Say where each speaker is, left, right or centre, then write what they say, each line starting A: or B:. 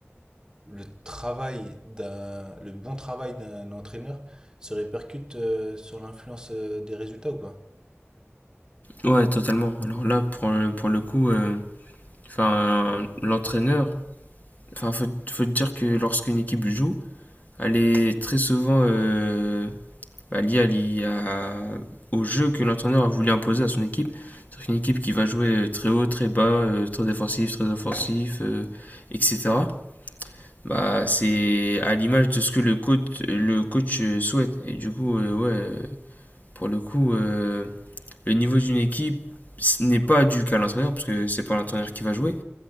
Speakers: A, on the right; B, on the left.
A: le travail d'un, le bon travail d'un entraîneur se répercute euh, sur l'influence euh, des résultats ou pas?
B: Ouais, totalement. Alors là, pour, pour le coup. euh, Enfin, l'entraîneur, enfin, faut, faut dire que lorsqu'une équipe joue, elle est très souvent euh, bah, liée à l'I- à- au jeu que l'entraîneur a voulu imposer à son équipe. C'est-à-dire qu'une équipe qui va jouer euh, très haut, très bas, euh, très défensif, très offensif, euh, etc. Bah, c'est à l'image de ce que le coach, le coach euh, souhaite. Et du coup, euh, ouais, euh, pour le coup, euh, le niveau d'une équipe ce n'est pas dû qu'à l'entraîneur, parce que c'est pas l'entraîneur qui va jouer,